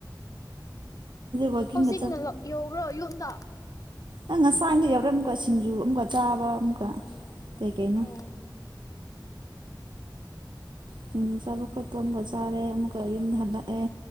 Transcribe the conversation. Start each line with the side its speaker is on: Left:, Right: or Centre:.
Right: ꯋꯥꯛꯀꯤꯡꯒ
Left: ꯍꯧꯖꯤꯛꯅ ꯌꯧꯕ꯭ꯔꯣ ꯌꯨꯝꯗ
Right: ꯑꯩꯪ ꯉꯁꯥꯏ ꯑꯗ ꯌꯥꯎꯔꯝ ꯑꯃꯨꯀ ꯁꯤꯡꯖꯨ ꯑꯃꯛꯀ ꯆꯥꯕ ꯑꯃꯛꯀ ꯀꯩ ꯀꯩꯅꯣ
Left: ꯑꯣ
Right: ꯁꯤꯡꯖꯨ ꯆꯥꯕ ꯈꯣꯠꯄ ꯑꯃꯒ ꯆꯥꯔꯦ ꯑꯃꯛꯀ ꯌꯨꯝꯗ ꯍꯟꯂꯛꯑꯦ